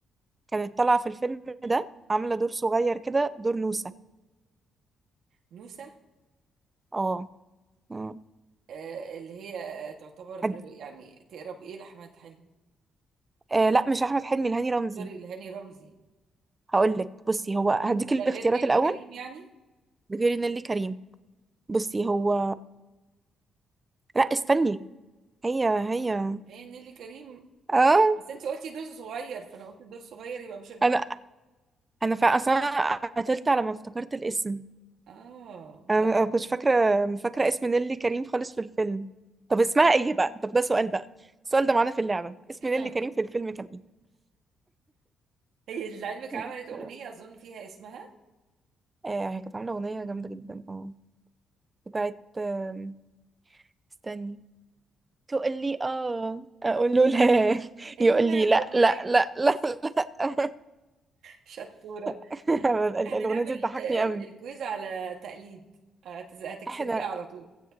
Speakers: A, on the right (about 20°); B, on the right (about 70°).
A: كانت طالعة في الفيلم ده عاملة دور صغير كده دور نوسة
B: نوسه
A: اه آه.
B: آه اللي هي آه، تعتبر
A: هد...
B: يعني تقرب ايه لاحمد حلمي
A: آه لا مش احمد حلمي الهاني رمزي
B: سوري لهاني رمزي
A: هقولك بصي هو هديك الاختيارات
B: ده غير نيلي
A: الاول
B: كريم يعني
A: غير نيللي كريم بصي هو لا استني هي هي
B: هي نيلي كريم
A: اه
B: بس انتي قلتي دور صغير فانا قلت دور صغير يبقى مش البطل
A: انا انا فا اصلا قتلت على ما افتكرت الاسم
B: اه
A: انا
B: تمام
A: ما كنتش فاكره فاكره اسم نيلي كريم خالص في الفيلم طب اسمها ايه بقى طب ده سؤال بقى السؤال ده معانا في اللعبه اسم
B: <laughs>
A: نيلي كريم في الفيلم كان
B: هي لعلمك
A: ايه
B: عملت اغنيه اظن فيها اسمها
A: آه هي كانت عامله اغنيه جامده جدا اه بتاعت آم، استني تقول لي اه اقول له لا <laughs>
B: ايوه
A: يقول لي
B: برافو
A: لا لا
B: عليك
A: لا لا لا
B: شطوره
A: <laughs> ال-
B: احنا
A: الاغنيه
B: نعمل
A: دي بتضحكني
B: آه،
A: قوي
B: ال- الكويز على تقليد هت- هتكسبيه
A: احنا
B: على طول